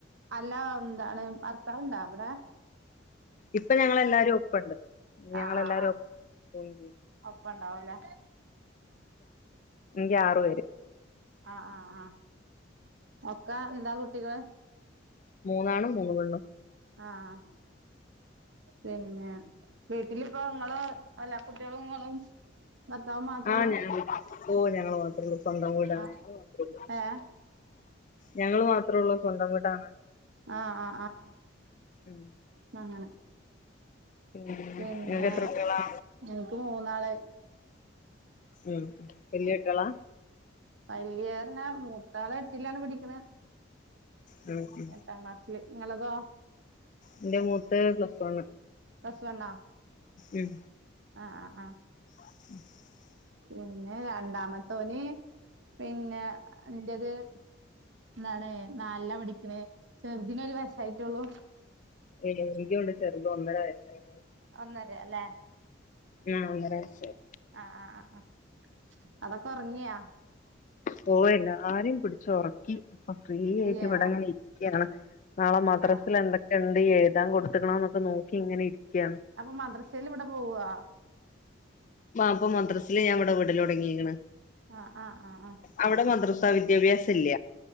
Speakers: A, on the right; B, on the left.
A: അല്ല എന്താണ് ഭർത്താവുണ്ടാ ഇവിടെ
B: ഇപ്പൊ ഞങ്ങെല്ലാരും ഒപ്പണ്ട് ഞങ്ങളെല്ലാരും
A: ആഹ ആഹ ആഹ
B: പോവും
A: ഒപ്പണ്ടാവുംലേ
B: എങ്ക ആറു പേര്
A: ആഹ ആഹ് ആ് ഒക്കാ എന്താ കുട്ടികള്
B: മൂന്നാണ് മൂന്ന് പെണ്ണും
A: ആഹ പിന്നെ വീട്ടിലിപ്പ നിങ്ങള് എല്ലാ കുട്ടികളും നിങ്ങളും ഭർത്താവും മാത്രേ
B: ആഹ
A: ഉള്ളൂ
B: ഞ ഓ ഞങ്ങള് മാത്രേ ഉള്ളു സ്വന്തം വീടാണ്
A: ആഹ്
B: ഞങ്ങള് മാത്രേള്ള
A: ഏഹ്
B: ഞങ്ങള് മാത്രേ ഉള്ളൂ സ്വന്തം വീടാണ്
A: ആഹ് ആഹ് ആഹ് ആഹ
B: ഉം
A: അങ്ങനെ
B: പിന്നെ
A: പിന്നെ
B: നിങ്ങക്ക് എത്ര കുട്ടികളാ
A: എനിക്ക് മൂന്നാള്
B: ഉ വല്യ കുട്ടിളാ
A: വല്യേറിഞാമൂത്താള എട്ടില്ലാണ് പഠിക്കണ
B: ഉം ഉം
A: എട്ടാം ക്ളാസില് നിങ്ങളതോ
B: എന്റെ മൂത്തത് പ്ലസ് വൻ
A: പ്ലസ് വണ്ണോ
B: ഉം
A: ആഹ ആ ആഹ്
B: ഉ
A: പിന്നെ രണ്ടാമത്തോന് പിന്നെ ഇന്റെത് എന്താണ് നാല പഠിക്കണേ ചെറുതിന ഒരു വയ സായിട്ടുള്ളു
B: ഏ എനക്ക ചെറുത് ഒന്നര വയസ്സായി
A: ഒന്നര അല്ലേ
B: ആ ഒന്നര വയസ്സായി
A: ആഹ ആ ആ ആ അതൊക്കെ ഉറങ്ങിയാ
B: പോയില്ല ആരെയും പിടിച്ച ഉറക്കി ഇപ്പൊ ഫ്രീ ആയിട്ട്
A: അയ്യേ
B: ഇവിടെ ഇങ്ങനെ ഇരിക്കയാണ് നാളെ മദ്രാസൽ
A: ആഹ്
B: എന്തൊക്കെ ഉണ്ട് എഴുതാൻ കൊടുക്കണന്നൊക്കെ നോക്കി ഇങ്ങനെ ഇരിക്കയാണ്
A: അപ്പൊ മദ്രസയിലും ഇവിടെ പോവാ
B: മാ ഇപ്പൊ മദ്രസില് ഞാൻ ഇവിടെ വീടല തുടങ്ങിക്ന്
A: ആഹ് ആഹ് ആഹ് ആഹ
B: അവിടെ മദ്രസാ വിദ്യാഭ്യാസം ഇല്ല